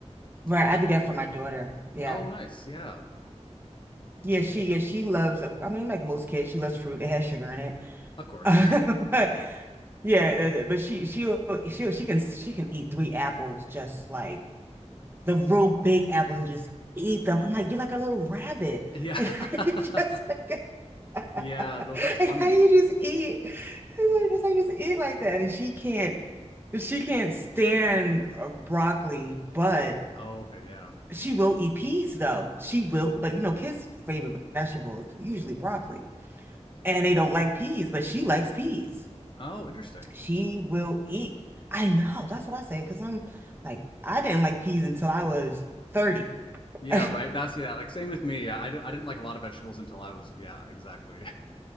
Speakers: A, on the right; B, on the left.
A: Right,
B: but
A: I do that for my daughter. Yeah.
B: oh nice, yeah,
A: Yeah, she
B: it,
A: yeah, she loves of I mean like most kids, she loves fruit It has sugar in it.
B: of course,
A: <laughs> But yeah, th- th- but she she she she can she can eat three apples just like the real big apples and just eat them. I'm like, you're like a little rabbit. <laughs>
B: <laughs> yeah.
A: Like, how do
B: <laughs>
A: you just <laughs> like,
B: Yeah,
A: how
B: though that's funny.
A: do you just eat? <laughs> It's like just like just eat like that. And she can't she can't stand uh, broccoli, but
B: Oh, okay, yeah.
A: She will eat peas though. She will, but you know, kids' favorite vegetable is usually broccoli, and they don't like peas, but she likes peas.
B: Oh, interesting.
A: She will eat. I know, that's what I say, because I'm like, I didn't like peas until I was 30. <laughs>
B: Yeah, right. That's <laughs> yeah, like same with me. Yeah, I, d I didn't like a lot of vegetables until I was yeah, exactly.